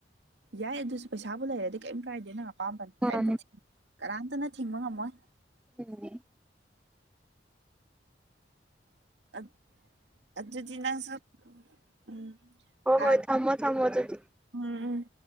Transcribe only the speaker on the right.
ꯌꯥꯏ ꯑꯗꯨꯁꯨ ꯄꯩꯁꯥꯕꯨ ꯂꯩꯔꯗꯤ ꯀꯔꯤꯝ ꯀꯥꯏꯗꯦ ꯅꯪ ꯑꯄꯥꯝꯕꯅꯤ
ꯀꯔꯤꯝꯇ ꯀꯅꯥꯝꯇꯅ ꯊꯤꯡꯕ ꯉꯝꯃꯣꯏ
ꯑꯠ ꯑꯗꯨꯗꯤ ꯅꯪꯁꯨ ꯎꯝ
ꯀꯥ
ꯎꯝ ꯎꯝ